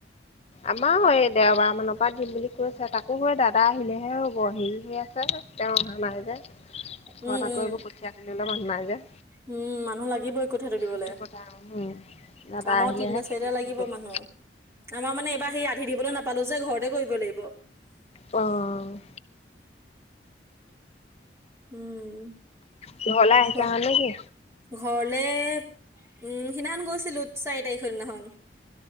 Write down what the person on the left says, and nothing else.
আম আমাৰ দেওবাৰ মানৰ পৰা দিম বুলি কৈছে। তাকো হয় দাদা আহিলেহে হ'ব হেৰি হৈ আছে। তেওঁ অহা নাই যে ঘৰত
আকৌ
এইবোৰ কঠীয়া তুলিবলৈ মানুহ নাই যে।
সেইটো কথা উম দাদা
আহিলেহে
খেতি
ধৰিম।
অ'
ঘৰলৈ আহিছা
হয় নেকি